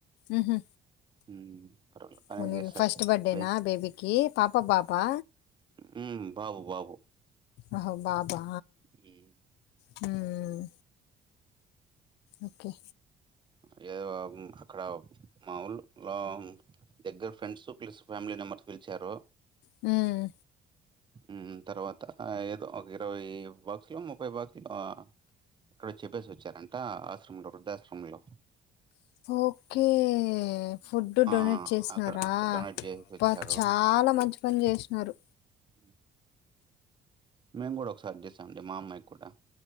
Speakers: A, on the left; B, on the right.
A: ఉహు
B: హ్మ్ పర్వాల బానే
A: పోనీలే
B: చేసారు
A: ఫస్ట్ బర్త్డేనా
B: ఐ
A: బేబీకి పాప బాబా
B: హ్మ్ బాబు బాబు
A: అహ బాబా
B: హ్మ్.
A: హ్మ్ ఓకే
B: ఇఏదో అక్కడ మాములు లో దగ్గరి ఫ్రెండ్స్ ప్లస్ ఫ్యామిలీ నెంబర్ పిలిచారు
A: హ్మ్
B: హ్మ్ తర్వాత ఏదో ఒక ఇరవై బాక్స్ లో ముప్ఫై బాక్సులో ఇక్కడ చెప్పేసి వచ్చారంట ఆశ్రమంలో వృద్ధాశ్రమంలో
A: ఓకే ఫుడ్
B: ఆ
A: డొనేట్ చేసినారా
B: అక్కడ అక్కడ డొనేట్ చేసి వచ్చారు
A: బ చాలా మంచి పని చేసినారు
B: ఉ మేము కూడ ఒకసారి చేసాం అండి మా అమ్మాయికి కూడా